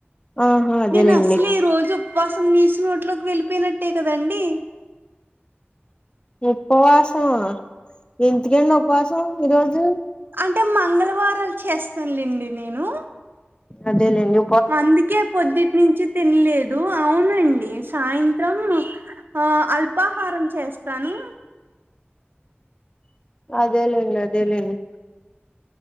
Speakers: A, on the left; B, on the right.
A: ఆహా అదేలేండి
B: నేను అసలే ఈ రోజు ఉపవాసం నీసి నోట్లోకి వెళ్ళిపోయినట్టే కదండి
A: ఉపవాసమా ఎందుకండి ఉపవాసం ఈరోజు
B: అంటే మంగళవారాలు చేస్తానులేండి నేను
A: అదే లేండి
B: అందుకే పొద్దుటి నుంచి తినలేదు అవునండి సాయంత్రం ఆ అల్పాహారం చేస్తాను
A: అదేలేండి అదేలెండి